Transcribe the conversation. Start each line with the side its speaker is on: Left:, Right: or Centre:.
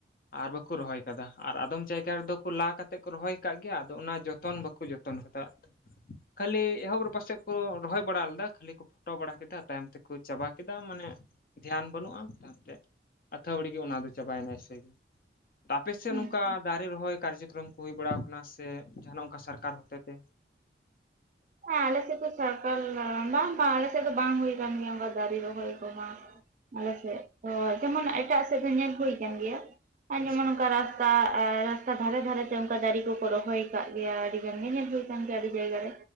Left: ᱟᱨ ᱵᱟᱠ ᱠᱩ ᱨᱚᱦᱚᱭ ᱟᱠᱟᱫᱟ ᱟᱨ ᱟᱫᱚᱢ ᱡᱟᱭᱜᱟ ᱨᱮᱫᱚ ᱠᱚ ᱞᱟ ᱠᱟᱛᱮᱜ ᱠᱚ ᱨᱚᱦᱚᱭ ᱠᱟᱜ ᱜᱮᱭᱟ ᱟᱫᱚ ᱚᱱᱟ ᱡᱚᱛᱚᱱ ᱵᱟᱠᱚ ᱡᱚᱛᱚᱱ ᱠᱟᱫᱟ᱾ ᱠᱷᱟᱹᱞᱤ ᱮᱦᱚᱵ ᱨᱮ ᱯᱟᱥᱮ ᱠᱚ ᱨᱚᱦᱚᱭ ᱵᱟᱲᱟ ᱞᱮᱫᱟ ᱠᱷᱟᱹᱞᱤ ᱠᱚ ᱯᱷᱳᱴᱳ ᱵᱟᱲᱟ ᱠᱮᱫᱟ, ᱛᱟᱭᱚᱢ ᱛᱮᱠᱚ ᱪᱟᱵᱟ ᱠᱮᱫᱟ ᱢᱟᱱᱮ ᱫᱷᱮᱭᱟᱱ ᱵᱟᱹᱱᱩᱜ-ᱟ <unintelligible> ᱟᱹᱛᱷᱟᱣᱲᱤ ᱜᱮ ᱚᱱᱟ ᱫᱚ ᱪᱟᱵᱟᱭᱱᱟ ᱮᱥᱮ ᱜᱮ᱾ ᱴᱟ ᱟᱯᱮ ᱥᱮᱫ
Right: ᱦᱩᱸ
Left: ᱱᱚᱝᱠᱟ ᱫᱟᱨᱮ ᱨᱚᱦᱚᱭ ᱠᱟᱨᱡᱚᱠᱨᱚᱢ ᱠᱚ ᱦᱩᱭ ᱵᱟᱲᱟᱣ ᱠᱟᱱᱟ ᱥᱮ ᱡᱟᱦᱟᱱᱟᱜ ᱚᱱᱠᱟ ᱥᱚᱨᱠᱟᱨ ᱦᱚᱛᱮᱛᱮ?
Right: ᱟ ᱟᱞᱮ ᱥᱮᱫ ᱫᱚ ᱥᱚᱨᱠᱟᱨ ᱨᱟ ᱵᱟᱝ ᱵᱟᱝ ᱟᱞᱮ ᱥᱮᱫ ᱫᱚ ᱵᱟᱝ ᱦᱩᱭ ᱟᱠᱟᱱ ᱜᱮᱭᱟ ᱚᱱᱠᱟ ᱫᱟᱨᱮ ᱨᱚᱦᱚᱭ ᱠᱚ ᱵᱟᱝ ᱟᱞᱮ ᱥᱮᱫ ᱛᱚ ᱡᱮᱢᱚᱱ ᱮᱴᱟᱜ ᱥᱮᱫ ᱫᱚ ᱧᱮᱞ ᱦᱩᱭ ᱠᱟᱱ ᱜᱮᱭᱟ ᱟᱨ
Left: ᱟᱪᱪᱷᱟ
Right: ᱡᱮᱢᱚᱱ ᱚᱱᱠᱟ ᱨᱟᱥ ᱠᱟ ᱟᱨ ᱨᱟᱥᱛᱟ ᱫᱷᱟᱨᱮ ᱫᱷᱟᱨᱮᱛᱮ ᱚᱱᱠᱟ ᱫᱟᱨᱮ ᱠᱚᱠᱚ ᱨᱚᱦᱚᱭ ᱠᱟᱜ ᱜᱮᱭᱟ, ᱟᱹᱰᱤ ᱜᱟᱱ ᱜᱮ ᱧᱮᱞ ᱦᱩᱭ ᱠᱟᱱ ᱜᱮᱭᱟ ᱟᱹᱰᱤ ᱡᱟᱭᱜᱟ ᱨᱮ᱾